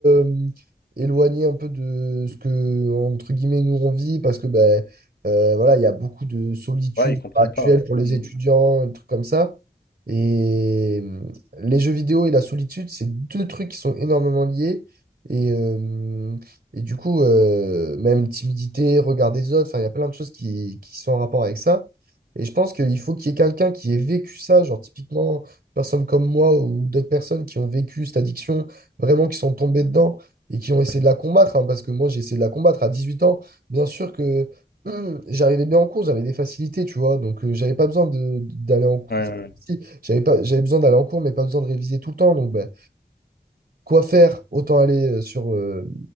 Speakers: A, on the right; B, on the left.
A: euh, éloignés un peu de ce que, entre guillemets, nous on vit, parce que ben euh, voilà, il y a beaucoup de solitude
B: Ouais, ils comprennent
A: actuelle
B: pas, ouais.
A: pour les
B: Mmh.
A: étudiants, des trucs comme ça. Et euh, les jeux vidéo et la solitude, c'est deux trucs qui sont énormément liés. Et euh, et du coup, euh, même timidité, regard des autres, enfin, il y a plein de choses qui, qui sont en rapport avec ça. Et je pense qu'il faut qu'il y ait quelqu'un qui ait vécu ça, genre typiquement, une personne comme moi ou d'autres personnes qui ont vécu cette addiction, vraiment qui sont tombées dedans et qui ont essayé de la combattre, hein, parce que moi, j'ai essayé de la combattre à 18 ans. Bien sûr que hum, j'arrivais bien en cours, j'avais des facilités, tu vois, donc euh, j'avais pas besoin de- d'aller en cours.
B: Ouais,
A: Enfin,
B: ouais, ouais.
A: si, j'avais pas, j'avais besoin d'aller en cours, mais pas besoin de réviser tout le temps, donc bah, quoi faire, autant aller euh, sur, euh,